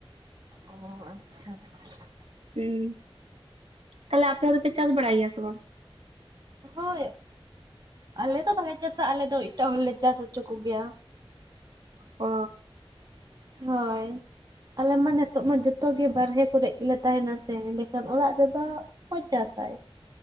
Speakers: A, on the right; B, on the right.
A: ᱚ ᱟᱪᱪᱷᱟ ᱟᱪᱪᱷᱟ
B: ᱦᱩᱸ ᱛᱟᱦᱞᱮ ᱟᱯᱮ ᱫᱚᱯᱮ ᱪᱟᱥ ᱵᱲᱟᱭᱟ ᱥᱮ ᱵᱟᱝ,
A: ᱦᱳᱭ ᱟᱞᱮ ᱫᱚ ᱵᱟᱞᱮ ᱪᱟᱥᱟ ᱟᱞᱮ ᱫᱚ ᱮᱴᱟᱜ ᱦᱚᱲᱞᱮ ᱪᱟᱥ ᱦᱚᱪᱚ ᱠᱚᱜᱮᱭᱟ,
B: ᱚ
A: ᱦᱚᱭ ᱟᱞᱮ ᱢᱟ ᱱᱤᱛᱚᱜ ᱢᱟ ᱡᱚᱛᱚ ᱜᱮ ᱵᱟᱦᱨᱮ ᱠᱚᱨᱮᱜ ᱜᱮᱞᱮ ᱛᱟᱦᱮᱸᱱᱟ ᱥᱮ ᱮᱸᱰᱮᱠᱷᱟᱱ ᱚᱲᱟᱜ ᱨᱮᱫᱚ᱾ ᱚᱠᱚᱭ ᱪᱟᱥᱟᱭ